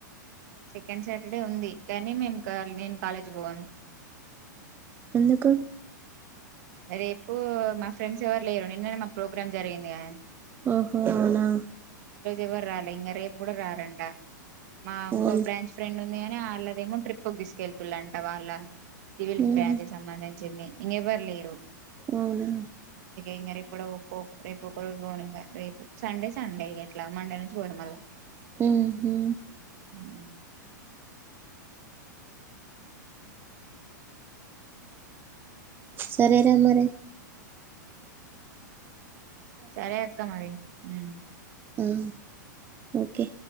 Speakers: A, on the right; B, on the right.
A: సెకండ్ సాటర్డే ఉంది కానీ మేం కాల్న్ నేన్ కాలేజ్ వోను
B: ఎందుకు?
A: రేపు మా ఫ్రెండ్స్ ఎవ్వరు లేరు నిన్న నే మాక్ ప్రోగ్రామ్ జరిగింది గద
B: ఓహో అవునా
A: ఎవ్వర్రాలే ఇంగ రేపు గూడ రారంట మా ఉంకో
B: అవును
A: బ్రాంచ్ ఫ్రెండ్ ఉంద్ ఉంది గాని ఆళ్లదేమో ట్రిప్క్ దిస్కెళ్తులంట వాళ్ళ సివిల్కి
B: ఉహు
A: బ్రాంచ్ కి సంబంధించి చింది ఇంగెఎవ్వర్లేరు.
B: అవునా
A: ఇంగ రేపు గుడా ఒపో రేపొక్క రోజు బోనింగా రేపు సండే సండే ఇగ ఎట్లా మండే నుంచి బోత మళ్ళా
B: ఉమ్ హు
A: ఉమ్
B: స సరేరా మరి
A: సరే అక్క మరి ఉమ్
B: ఆహ్ ఓకే